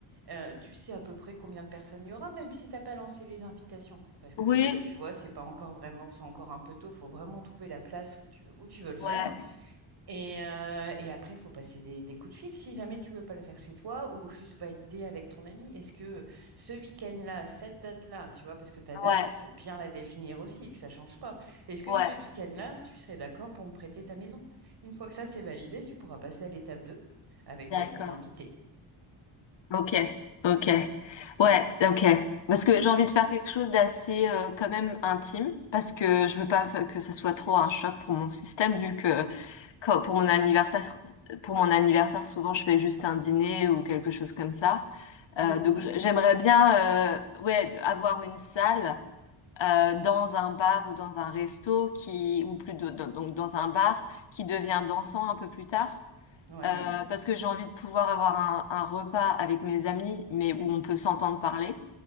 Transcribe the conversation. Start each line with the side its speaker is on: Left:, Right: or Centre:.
Right: Euh, tu sais à peu près combien de personnes il y aura, même si tu n'as pas lancé les invitations. Parce que
Left: Oui,
Right: tu vois, c'est pas encore vraiment, c'est encore un peu tôt. Il faut vraiment trouver la place où tu, où tu veux le faire.
Left: ouais,
Right: Et, euh, et après, il faut passer des, des coups de fil si jamais tu veux pas le faire chez toi ou juste valider avec ton ami. Est-ce que ce week-end-là, cette date-là, tu vois, parce que ta date,
Left: ouais,
Right: il faut bien la définir aussi, que ça change pas. Est-ce que
Left: ouais.
Right: ce week-end-là, tu serais d'accord pour me prêter ta maison? Une fois que ça, c'est validé, tu pourras passer à l'étape 2 avec
Left: D'accord.
Right: ta liste d'invités.
Left: Ok, ok. Ouais, ok. Parce que j'ai envie de faire quelque chose d'assez euh, quand même intime, parce que je veux pas fa- que ce soit trop un choc pour mon système, vu que quand- pour mon anniversaire, pour mon anniversaire, souvent je fais juste un dîner ou quelque chose comme ça. Euh,
Right: Mhm.
Left: donc j- j'aimerais bien, euh, ouais, avoir une salle. euh, dans un bar ou dans un resto qui ou plus de- de- donc dans un bar qui devient dansant un peu plus tard
Right: Ouais.
Left: euh, parce que j'ai envie de pouvoir avoir un, un repas avec mes amis mais où on peut s'entendre parler